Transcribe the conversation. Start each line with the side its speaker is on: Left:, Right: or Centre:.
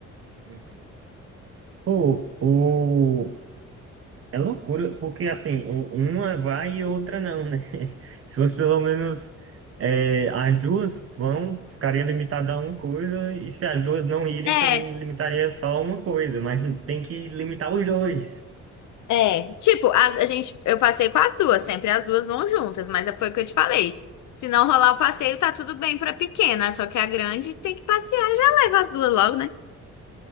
Right: Uhum. Pô, o... é loucura, porque assim, o- uma vai e outra não, né? <laughs> Se fosse pelo menos é, as duas vão, ficaria limitada a uma coisa, e se as duas não irem,
Left: É,
Right: também limitaria só uma coisa, mas <laughs> tem que limitar os dois.
Left: é. Tipo, as- a gente, eu passei com as duas, sempre as duas vão juntas, mas foi o que eu te falei. Se não rolar o passeio, tá tudo bem pra pequena, só que a grande tem que passear, já leva as duas logo, né?